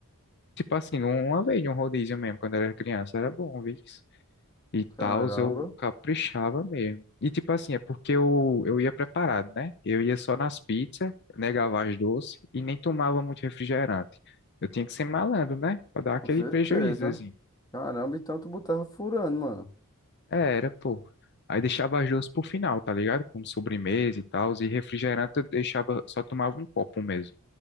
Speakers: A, on the left; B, on the left.
A: Tipo assim, uma vez, um rodízio mesmo, quando eu era criança, era bom, viu? e
B: Caramba,
A: tal, eu caprichava mesmo. E tipo assim, é porque eu, eu ia preparado, né? Eu ia só nas pizzas, negava as doces e nem tomava muito refrigerante. Eu tinha que ser malandro, né? Pra dar
B: com
A: aquele
B: certeza.
A: prejuízo, assim.
B: Caramba, então tu botava furando, mano.
A: É, era, pô. Aí deixava as doces pro final, tá ligado? Como sobremesa e tal, e refrigerante eu deixava, só tomava um copo mesmo.